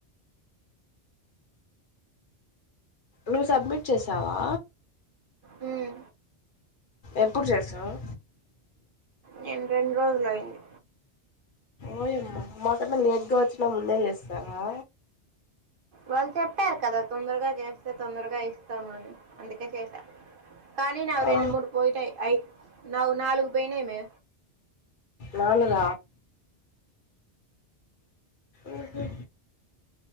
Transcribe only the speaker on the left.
నీ సబ్మిట్ చేసావా.
ఎప్పుడు చేసావ్.
ఓయమ్మా మా కన్నా లేట్గా వచ్చినా ముందే చేస్సావా.
ఆ
నాలుగ ఆహా